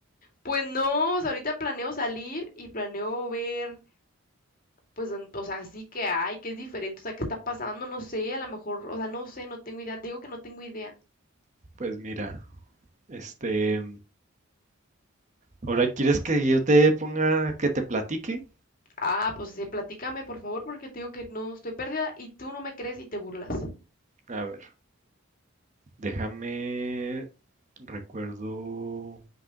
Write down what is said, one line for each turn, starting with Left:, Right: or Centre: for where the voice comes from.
Left: Pues no, o sea, ahorita planeo salir y planeo ver, pues, don- o sea, sí que hay, que es diferente, o sea, qué está pasando, no sé, a lo mejor, o sea, no sé, no tengo idea, te digo que no tengo idea.
Right: Pues mira, este, ahora quieres que yo te ponga, que te platique?
Left: Ah, pues sí, platícame, por favor, porque te digo que no estoy perdida y tú no me crees y te burlas.
Right: A ver, déjame, recuerdo